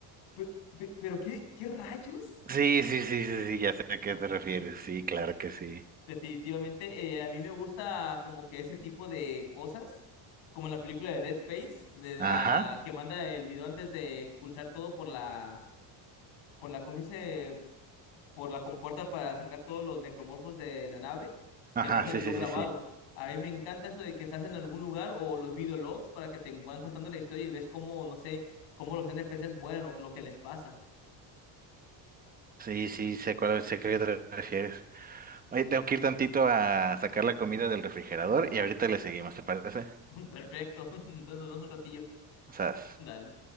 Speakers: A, on the left; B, on the right.
A: "Pe- pe- pero qué, qué rayos?
B: Sí, sí, sí, sí, sí, ya sé a qué te refieres. Sí, claro que sí.
A: Definitivamente, eh, a mí me gusta como que ese tipo de cosas, como la película de Dead Space, de, de
B: Ajá,
A: la que manda el video antes de expulsar todo por la, por la cosa ese- por la compuerta para sacar todos los necromorfos de la nave,
B: ajá,
A: que deja el
B: sí,
A: video
B: sí,
A: grabado.
B: sí, sí.
A: A mí me encanta eso de que estás en algún lugar o los videologs para que te van contando la historia y ves cómo, no sé, cómo los NPCs mueren o lo que les pasa.
B: Sí, sí, sé cuál, sé a qué te refieres. Oye, tengo que ir tantito a sacar la comida del refrigerador y ahorita le seguimos, ¿te parece?
A: <laughs> Perfecto. <laughs> Entonces nos vemos un ratillo.
B: O sea,
A: Dale.